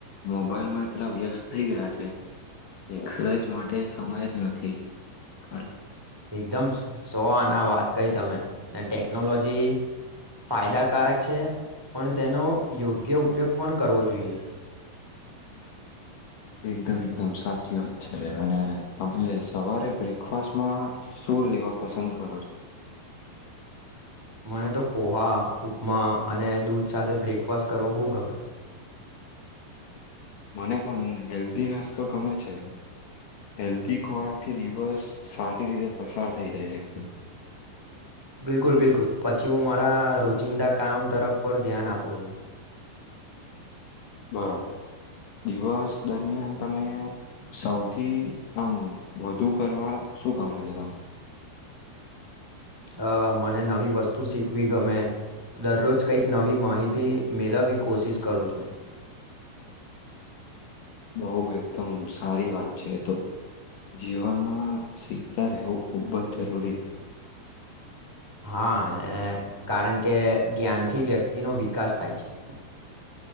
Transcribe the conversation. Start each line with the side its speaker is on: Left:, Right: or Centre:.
Left: મોબાઈલમાં એટલા વ્યસ્ત થઈ ગયા છે. એક્સરસાઇઝ માટે સમય જ નથી કાઢતા.
Right: એકદમ સો આના વાત કહી તમે. અને ટેક્નોલોજી ફાયદાકારક છે પણ તેનો યોગ્ય ઉપયોગ પણ કરવો જોઈએ.
Left: એકદમ એકદમ સાચી વાત છે. અને તમે સવારે બ્રેકફાસ્ટમાં શું લેવા પસંદ કરો છો?
Right: મને તો પોહા, ઉપમા અને દૂધ સાથે બ્રેકફાસ્ટ કરવો. બહુ ગમે.
Left: મને પણ હેલ્ધી નાસ્તો ગમે છે હેલ્ધી ખોરાકથી દિવસ સારી રીતે પસાર થઈ જાય છે
Right: બિલકુલ-બિલકુલ પછી હું મારા રોજિંદા કામ તરફ પર ધ્યાન આપું <unintelligible>
Left: <inaudible> બરોબર. દિવસ દરમિયાન તમે સૌથી આમ વધુ કરવા શું ગમે છે તમે
Right: અ મને નવી વસ્તુ શીખવી ગમે દરરોજ કંઈક નવી માહિતી મેળવી કોશિશ કરું છું
Left: બો એકદમ સારી વાત છે એ તો‌ જીવનમાં શીખતા રહેવું ખૂબ જ જરૂરી
Right: હા ને કારણ કે જ્ઞાનથી વ્યક્તિનો વિકાસ થાય છે.